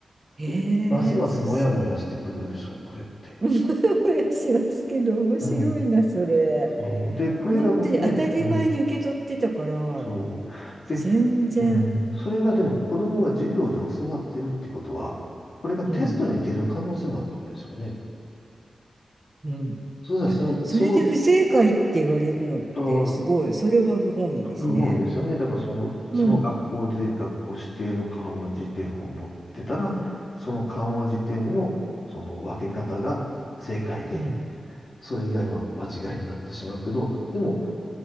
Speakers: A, on the right; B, on the left.
A: ええそれ、
B: うますますもやもやしてくるでしょ、これって。
A: <laughs> もやもやしますけど、面白いな、
B: うん。
A: それ。
B: そう。で、これがね、
A: 本当に当たり前に受け取ってたから、
B: うん。そう。
A: 全然。
B: で、うん。それがでも子供が授業で教わってるってことは、これがテストに出る可能性もあるわけですよね。
A: うんうん。
B: そうしたらその、
A: いや、それで不正解って言われるのってすごい、
B: その、と
A: それは不本意ですね。
B: 不本意ですよね。だからその、
A: うん、
B: その学校で学校指定の緩和辞典を持ってたら、その緩和辞典のその分け方が正解で、
A: うん、
B: それ以外は間違いになってしまうけど、でも、